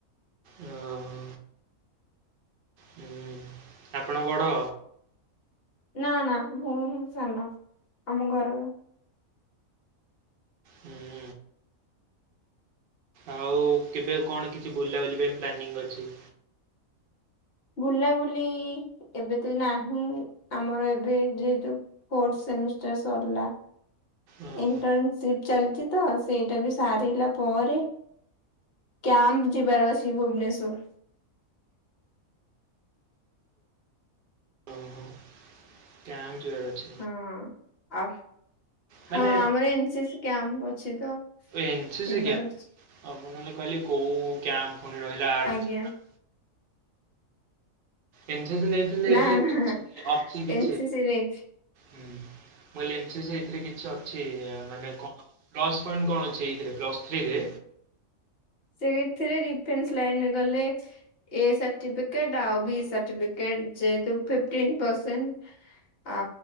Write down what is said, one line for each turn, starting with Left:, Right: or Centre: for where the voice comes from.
Right: ଉଁ ହୁଁ। ହୁଁ ଆପଣ ବଡ଼?
Left: ନା ନା ମୁଁ ସାନ ଆମ ଘରର।
Right: ହୁ। ଆଉ କେବେ କଣ କିଛି ବୁଲାବୁଲି ପାଇଁ ପ୍ଲାନିଂଙ୍ଗି ଅଛି?
Left: ବୁଲାବୁଲି ଏବେ ତ ନାହିଁ ଆମର ଏବେ ଯେହେତୁ ଫୋର୍ଥ ସେମିଷ୍ଟାର ସରିଲା
Right: ଓହୋ
Left: ଇଣ୍ଟନସିପି। ଚାଲିଛି ତ ସେଇଟା ବି ସାରିଲା ପରେ କ୍ୟାମ୍ପ ଯିବାର ଅଛି ଭୁବନେଶ୍ଵର।
Right: ଓହୋ କ୍ୟାମ୍ପ ଯିବାର ଅଛି?
Left: ହଁ ଆ
Right: ମାନେ
Left: ହଁ ଆମର ଏନେସି ସି କ୍ୟାମ୍ପ ଅଛି ତ।
Right: ଏ ନେସିସି
Left: ଯିବାର
Right: କ୍ୟାମ୍ପ
Left: ଅଛି
Right: ମୁଁ କହିଲି କହିଲି କୋଉକ୍ୟାମ୍ପ ରହିଲା ଆଡସ୍
Left: ଆଜ୍ଞା
Right: ପିଲାଙ୍କର। ଏନେସିସି ନେଇଛନ୍ତି
Left: ନା
Right: ଏଥିରେ
Left: ନା
Right: ଅଛି କିଛି,?
Left: ଏନ ସି ସି ନେଇଛି
Right: ହୁଁ ମୁ ଏନେସିସି ଏଥିରେ କିଛି ଅଛି ମାନେ କଣ? ପ୍ଲସ୍ ପଏଣ୍ଟେ କଣ ଅଛି ଏଇଥିରେ ପ୍ଲସ୍ ଥ୍ରୀରେ?
Left: ସେଇଥିରେ ରିଫେନ୍ସ ଲାଇନରେ ଗଲେ। ଏ ସାର୍ଟିପିକେଟ ଆଉ ବି ସାର୍ଟିପିକେଟ ଯେହେତୁ ଫିଣ୍ଟିନ୍ ପରସେଣ୍ଟ୍। ଆ